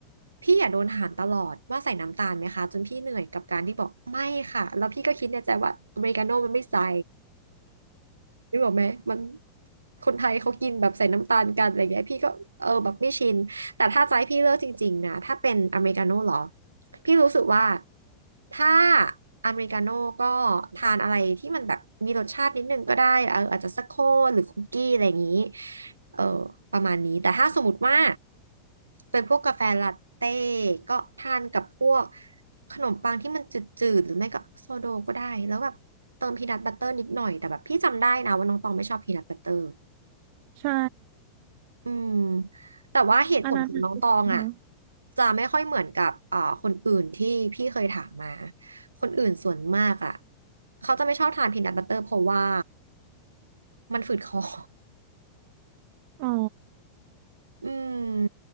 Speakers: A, on the right (about 75°); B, on the right (about 50°).
A: พี่อย่าโดนถามตลอดว่าใส่น้ำตาลไหมคะจนพี่เหนื่อยกับการที่บอกไม่ค่ะแล้วพี่ก็คิดในใจว่าอเมริกาโน่มันไม่ใส่ นึกออกไหมมันคนไทยเขากินแบบใส่น้ำตาลกันอะไรเงี้ยพี่ก็เออแบบไม่ชินแต่ถ้าใจะให้พี่เลือกจริงๆนะถ้าเป็นอเมริกาโน่เหรอพี่รู้สึกว่าถ้าอเมริกาโน่ก็ทานอะไรที่มันแบบมีรสชาตินิดนึงก็ได้เอออาจจะสกโคกหรือคุกกี้อะไรอย่างนี้ เออประมาณนี้แต่ถ้าสมมติว่าเป็นพวกกาแฟลาเต้ก็ทานกับพวกขนมปังที่มันจืดๆหรือไม่ก็โซโดก็ได้แล้วแบบเติมพีนัทบัตเตอร์นิดหน่อยแต่แบบพี่จำได้นะว่าน้องตองไม่ชอบพีนัทบัตเตอร์
B: ใช่
A: อืมแต่ว่าเหตุผลของน้องตองอ่ะ
B: อันนั้นอะเนาะ
A: จะไม่ค่อยเหมือนกับเอ่อคนอื่นที่พี่เคยถามมาคนอื่นส่วนมากอ่ะเขาจะไม่ชอบทานพีนัทบัตเตอร์เพราะว่ามันฝืดคอ <laughs>
B: อ๋อ
A: อืม